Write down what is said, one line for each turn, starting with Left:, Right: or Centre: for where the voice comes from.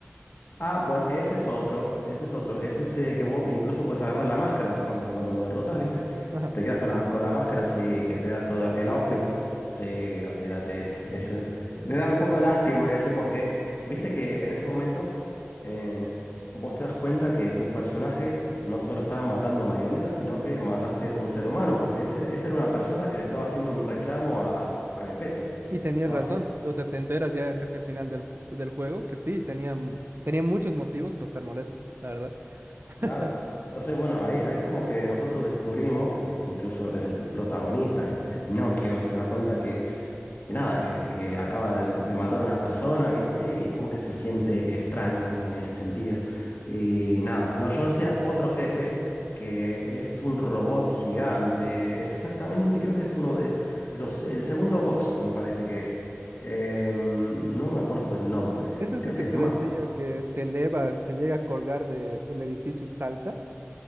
Left: Ah, bueno, ese es otro, ese es otro, ese es ese que vos incluso puedes agarrar la máscara después cuando, cuando lo derrotas, ¿viste?
Right: Ajá.
Left: Te quedas con la, con la máscara, así que te da todo el outfit. Sí, olvídate, es, es- eh, me da un poco de lástima ese porque, viste que en ese momento eh, vos te das cuenta que tu personaje no solo estaba matando marionetas, sino que mataste a un ser humano, porque ese, ese era una persona que le estaba haciendo un reclamo a, a Gepetto.
Right: Y tenías
Left: Le estaba
Right: razón.
Left: haciendo...
Right: O sea, te enteras ya casi al final del, ju- del juego que sí, tenía, m- tenía muchos motivos para estar molesto, la verdad. <laughs>
Left: Claro. Entonces, bueno, ahí, ahí es como que nosotros descubrimos que incluso el protagonista, que es es Pinocchio, se da cuenta que, que nada, que, que acaba de, de matar a una persona, ¿viste? Y es como que se siente extraño en ese sentido. Y nada, no, yo decía otro jefe que es un robot gigante. Es exactamente, creo que es uno de los, el segundo box, me parece que es. Em, no me acuerdo el nombre.
Right: ¿Es ese
Left: Creo
Right: que
Left: que es
Right: te
Left: más.
Right: decía que se eleva, se llega a colgar de el edificio y salta?